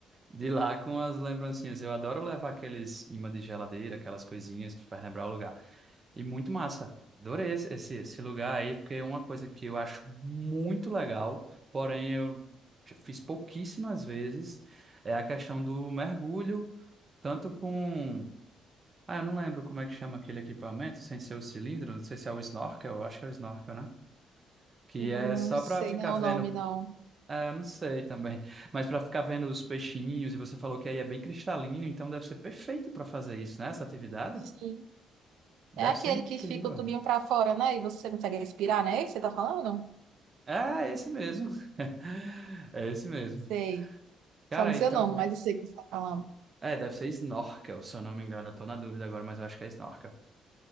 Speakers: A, on the right; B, on the right.
A: De lá com as lembrancinhas. Eu adoro levar aqueles imãs de geladeira, aquelas coisinhas que faz lembrar o lugar. E muito massa. Adorei esse, esse, esse lugar aí, porque é uma coisa que eu acho muito legal, porém eu já fiz pouquíssimas vezes, é a questão do mergulho, tanto com. Ah, eu não lembro como é que chama aquele equipamento, sem ser o cilindro, não sei se é o snorkel, eu acho que é o snorkel, né? Que
B: Eu Não
A: é só
B: sei
A: para ficar
B: não
A: vendo
B: o nome, não.
A: é, eu não sei também. Mas para ficar vendo os peixinhos, e você falou que aí é bem cristalino, então deve ser perfeito para fazer isso, né? Essa atividade
B: Sim.
A: deve
B: É aquele
A: ser incrível.
B: que fica o tubinho para fora, né? E você consegue respirar, né? É isso que você tá falando?
A: É, é esse mesmo. <laughs> É esse mesmo.
B: sei.
A: Cara,
B: Só não sei
A: então.
B: o nome, mas eu sei o que você tá falando.
A: É, deve ser snorkel, se eu não me engano. Eu tô na dúvida agora, mas eu acho que é snorkel.